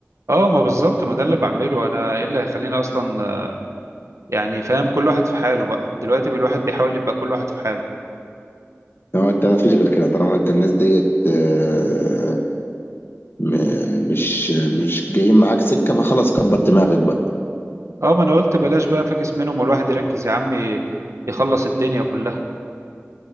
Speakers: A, on the right; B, on the left.
A: اه ما بالظبط ما ده اللي بعمله انا ايه اللي هيخليني اصلا يعني فاهم كل واحد في حاله بقى دلوقتي الواحد بيحاول يبقى كل واحد في حاله
B: هو انت ما فيش غير كده طالما انت الناس ديت آه، م- مش مش جايين معاك سكه فخلاص كبر دماغك بقى
A: اه ما انا قلت بلاش بقى فاكس منهم والواحد يركز يا عمي يخلص الدنيا كلها